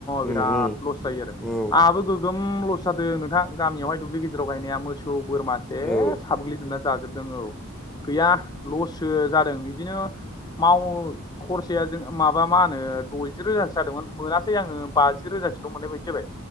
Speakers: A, in the centre; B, on the left.
A: उम
B: बिराद
A: उम
B: लस जायो आरो
A: औ
B: आंहाबो गोगोम लस जादों नोंथां गामियावहाय दुब्लि गेजेराव गायनाया मोसौ खौ बोरमा सेस
A: औ
B: हाबग्लिजोबना जाजोबदों औ गैया लससो जादों इदिनो माव खरसाया जों माबा मा होनो दजि रोजासो जादोंमोन मोनासै आङो बाजि रोजासोल' मोननाय बायदि जाबाय